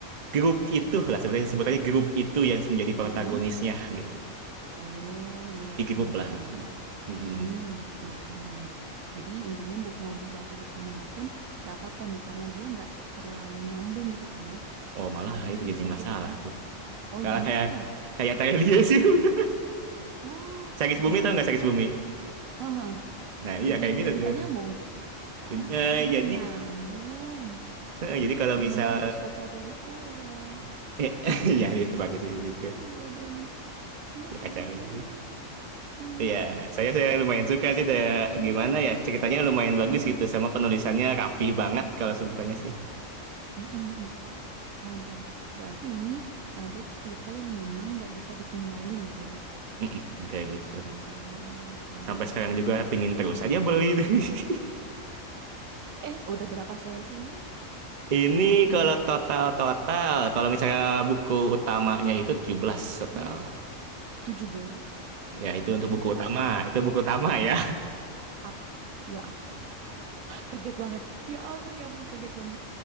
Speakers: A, on the right (about 45°); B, on the right (about 85°).
A: grup itu lah sebenarnya sebutannya grup itu yang menjadi protagonisnya
B: mm
A: gitu
B: Oh, iya ya
A: di
B: paham
A: grup
B: paham.
A: lah Mm-mm.
B: Hmm, mulai paham nih. Jadi intinya bu, mau bu- baca buku manapun nggak apa-apa nih karena dia nggak terlalu nyambung gitu kan ya,
A: oh malah
B: agak
A: itu
B: kepisah
A: jadi masalah
B: gitu kan.
A: tuh
B: Oh,
A: kalau
B: jadi
A: kayak
B: masalah.
A: kayak tanya dia <laughs> sih gitu
B: Oh,
A: sakit
B: jadi
A: bumi tau
B: masalah.
A: nggak sakit bumi
B: Heeh,
A: nah iya
B: jadi
A: kayak gitu
B: jadi
A: tuh
B: nggak nyambung. Oh,
A: Jadi,
B: alah,
A: Eh,
B: jadi
A: jadi
B: nggak nyambung.
A: eh, jadi kalau
B: Bener-bener
A: misal
B: harus baca dari awal.
A: eh, <laughs> ya itu aja sih gitu
B: Iya dong. Ya
A: ya kacau
B: ampun.
A: ya sih
B: Iya.
A: Iya, saya saya lumayan suka sih da, gimana ya ceritanya lumayan bagus
B: Mm-mm.
A: gitu sama penulisannya rapih banget kalau
B: Mm-mm.
A: sebutannya sih.
B: Mm-mm. Paham, paham. Berarti ini ada cerita yang memang nggak bisa ditinggalin gitu ya.
A: Mm-mm, kayak gitu.
B: Oh, iya,
A: Sampai
B: iya.
A: sekarang
B: iya.
A: juga pingin terus aja beli. <laughs>
B: Eh, udah berapa series emang?
A: Ini kalau total-total, kalau misalnya buku utamanya itu 17 total.
B: Hmm? tujuh belas
A: Ya, itu untuk
B: tujuh
A: buku
B: belas,
A: utama.
B: Kak?
A: Itu buku utama ya.
B: Ap- ya ampun, <laughs> kaget banget. Ya ampun, ya ampun, kaget banget.